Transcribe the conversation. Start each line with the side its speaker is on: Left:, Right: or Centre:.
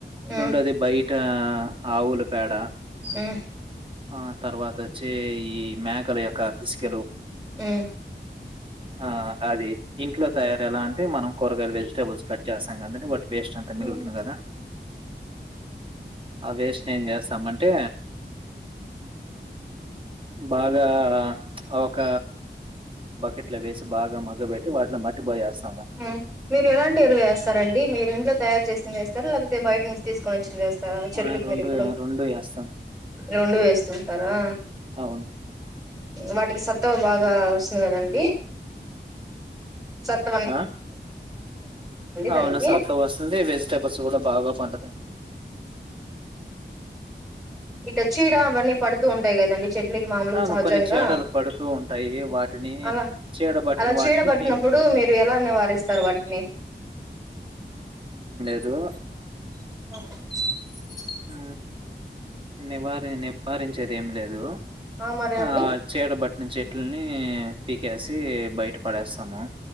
Centre: మ్మ్
Right: రెండోది బయట ఆవులు పేడ
Centre: మ్మ్
Right: ఆ తర్వాత చేయి మేకల యొక్క పిసుకలు
Centre: మ్మ్
Right: ఆ అది ఇంట్లో తయార ఎలా అంటే మనం కూరగాయలు వెజిటబుల్స్ కట్ చేస్తాం ఒకటి వేస్ట్ అంత మిగుతుంది
Centre: మేము
Right: కదా ఆ వేస్ట్ ని ఏం చేస్తామంటే బాగా ఔ ఒక బకెట్లో వేసి బాగా మగ్గపెట్టి వాటిలో మట్టిపోయేస్త
Centre: ఉ మీరు ఎలాంటి ఎరువు వేస్తారండి మీరు ఇంట్లో తయారు చేసింది వేస్తారా లేకపోతే బయట నుంచి తీసుకోవచ్చు వేస్తారా చెట్లకి
Right: ఆ, రెండు
Centre: మీరు ఇప్పుడు
Right: రెండు వేస్తాం
Centre: రెండు వేస్తుంటారా
Right: అవును
Centre: వాటికి సత్తు బాగా వస్తాది కదా అంతా సత్
Right: ఆ
Centre: దానికి
Right: అవునా సక్కగా వస్తుంది వెజిటేబుల్స్ కూడా బాగా పండుతాయి
Centre: ఇక చీడ అవన్నీ పడుతూ ఉంటాయి కదండి చెట్లకి మామలుగా
Right: అవును
Centre: సహజంగా
Right: కొన్ని చీడలు పడుతూ ఉంటాయి వాటిని
Centre: అలా
Right: చీడబట్టిన
Centre: అలా చీడ
Right: వాటిని
Centre: పట్టినప్పుడు
Right: పీ
Centre: మీరు ఎలా నివారిస్తారు వాటిని
Right: అ
Centre: గేటు సౌండ్
Right: ఆ నివారిణి నివారించేది ఏం లేదు
Centre: మరి అండి
Right: ఆ చీడ బట్టి చెట్లని పీకేసి బయట పడేస్తాము